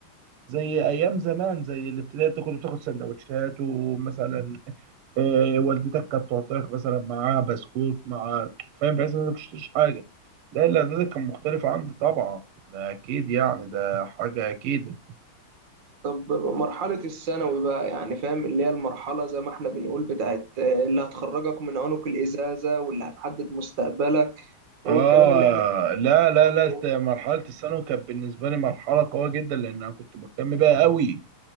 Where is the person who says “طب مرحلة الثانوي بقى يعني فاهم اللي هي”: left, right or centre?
Right